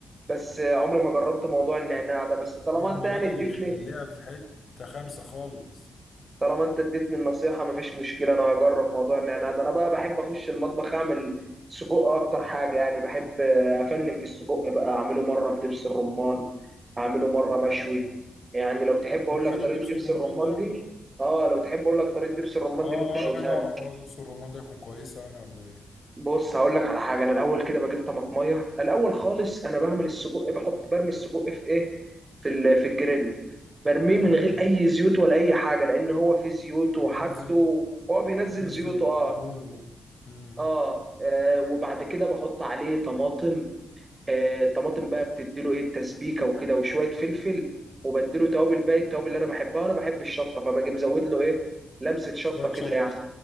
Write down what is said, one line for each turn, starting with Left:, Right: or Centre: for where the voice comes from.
Right: بس عمري ما جربت موضوع النعناع ده بس طالما
Left: لأن
Right: انت يعني
Left: ده
Right: اديتني
Left: بيخليها في حتة خمسة خالص
Right: طالما انت اديتني النصيحه مفيش مشكله انا هجرب موضوع النعناع ده انا بقى بحب اخش المطبخ اعمل سجق اكتر حاجه يعني بحب افنن في السجق بقى اعمله مره بدبس الرمان اعمله مره مشوي
Left: اه
Right: يعني لو تحب
Left: يكون
Right: اقول
Left: حلو
Right: لك طريقه
Left: بدبس
Right: دبس
Left: الرمان
Right: الرمان
Left: ده
Right: دي اه لو تحب اقول لك طريقه دبس الرمان
Left: اه
Right: دي ممكن اقولها
Left: انا عايز اعرف
Right: لك
Left: اه لبس الرمان ده يكون كويسه يعني ولا ايه
Right: بص هقول لك على حاجه انا الاول كده بجيب طماطميه الاول خالص انا بعمل السجق بحط برمي السجق في ايه في ال- في الجريل برميه
Left: تمام
Right: من غير اي زيوت ولا اي حاجه لان هو في زيوت وحاجته
Left: بينزل
Right: هو بينزل
Left: بينزل
Right: زيوته اه
Left: دهون بقى امم
Right: اه, آه وبعد كده بحط عليه طماطم آه الطماطم بقى بتديله ايه التسبيكه وكده وشويه فلفل وبديله توابل باقي التوابل اللي انا بحبها انا بحب الشطه فباجي مزود له ايه لمسه شطه
Left: شويه
Right: كده
Left: شط
Right: يعني